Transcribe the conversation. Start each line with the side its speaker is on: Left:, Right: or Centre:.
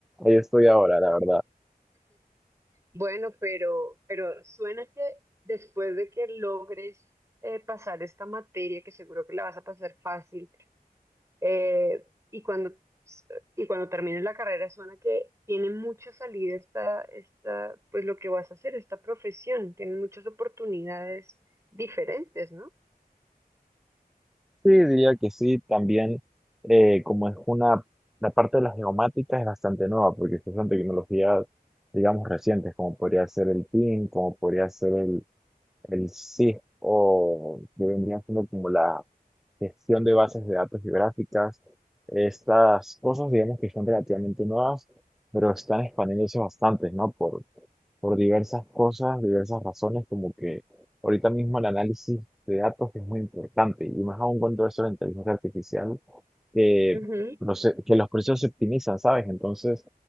Centre: ahí estoy ahora, la verdad.
Right: Bueno, pero, pero suena que después de que logres eh, pasar esta materia, que seguro que la vas a pasar fácil, eh, y cuando, y cuando termines la carrera, suena que tiene mucha salida esta, esta, pues lo que vas a hacer, esta profesión, tiene muchas oportunidades diferentes, ¿no?
Centre: Sí, diría que sí, también eh, como es una, la parte de las geomáticas es bastante nueva porque estas son tecnologías, digamos, recientes, como podría ser el PIN, como podría ser el El SIG, o que vendría siendo como la gestión de bases de datos geográficas. Estas cosas, digamos que son relativamente nuevas, pero están expandiéndose bastante, ¿no? Por, por diversas cosas, diversas razones, como que ahorita mismo el análisis de datos es muy importante, y más aún cuando eso de la inteligencia artificial que,
Right: Ujú,
Centre: proce- que los procesos se optimizan, ¿sabes? Entonces,